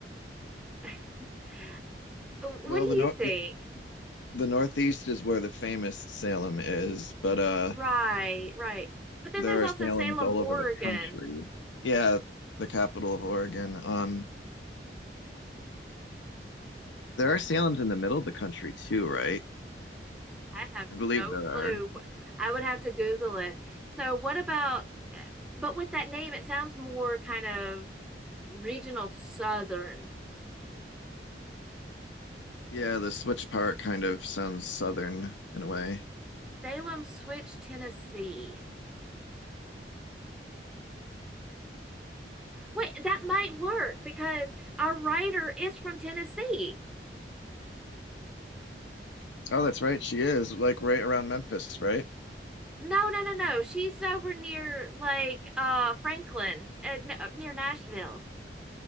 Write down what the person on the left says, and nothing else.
Well,
the
north
the, the Northeast is where the famous Salem is, but uh
There
are Salems
all
over the country. Yeah, the capital of Oregon. Um, there are Salems in the middle of the country too, right?
I believe
there
are.
Yeah, the switch part kind of sounds southern in a way.
Oh, that's right. She is like right around Memphis, right?